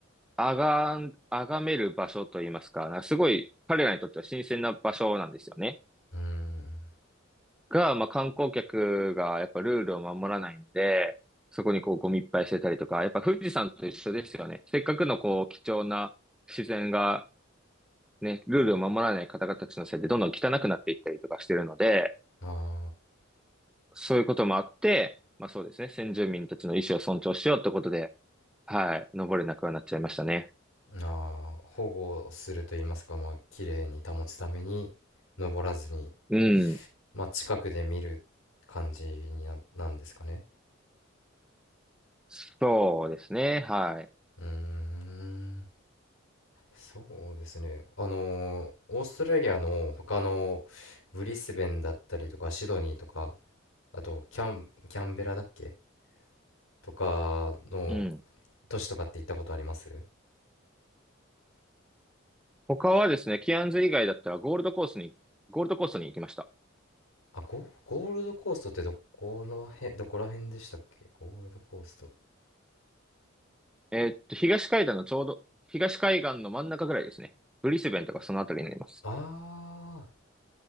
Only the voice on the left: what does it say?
うーん。
あ
ーあー、保護すると言いますか、まあ、綺麗に保つために登らずに、
まあ、近くで見る感じにな、なんですかね。
うーん。そうですね。あのー、オーストラリアの他のブリスベンだったりとかシドニーとか、あと、キャン、キャンベラだっけとかの
都市とかって行ったことあります
あ、ゴ、ゴールドコーストってどこの辺、どこら辺でしたっけゴールドコースト。
ああ、